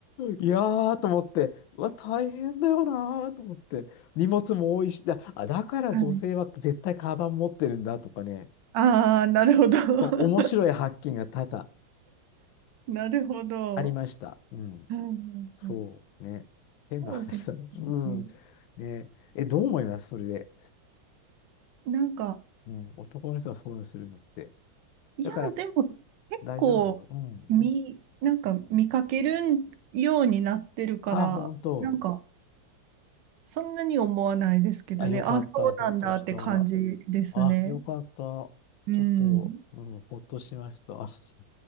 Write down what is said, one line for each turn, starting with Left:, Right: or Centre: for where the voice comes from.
Left: いやーと思って、うわ、大変だよなーと思って、荷物も多いし、だ、あ、だから女性は絶対カバン持ってるんだとかね、
Right: はい。ああ、なるほど。<laughs>
Left: そう面白い発見が多々
Right: なるほど。
Left: ありました。うん。
Right: はいは
Left: そうね。
Right: いはい
Left: 変な話だね。
Right: そうです
Left: うん。
Right: ね。
Left: ね。え、どう思いますそれで。
Right: なんか、
Left: うん。男の人はそういうのするのって。
Right: いや、
Left: だから、
Right: でも結
Left: 大丈夫うん。
Right: 構見、なんか見かけるようになってるから、
Left: あ、本当。
Right: なんかそんなに思わないですけどね、
Left: あ、よかった。
Right: あ、そうなんだって感じですね。
Left: ほっとした。あ、よかった。ちょっと、
Right: うん。っ
Left: うん、ほっとしました。<laughs>